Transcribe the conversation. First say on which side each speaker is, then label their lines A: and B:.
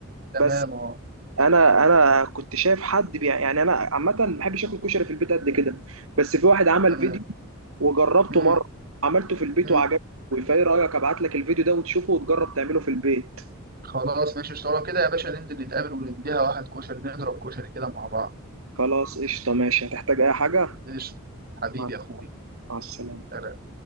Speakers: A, on the right; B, on the right.
A: تمام
B: بس
A: اه
B: انا انا كنت شايف حد بيع يعني انا عامه ما بحبش اكل كشري في البيت قد كده بس في واحد عمل
A: تمام
B: فيديو وجربته
A: امم
B: مره عملته في البيت
A: امم
B: وعجبني فايه رايك ابعت لك الفيديو ده وتشوفه وتجرب تعمله في البيت
A: خلاص ماشي اشتغل كده يا باشا ننزل نتقابل ونديها واحد كشري نضرب كشري كده مع بعض
B: خلاص قشطه ماشي هتحتاج اي حاجه
A: قشطه حبيبي
B: مع
A: يا اخوي
B: مع السلامه
A: سلام.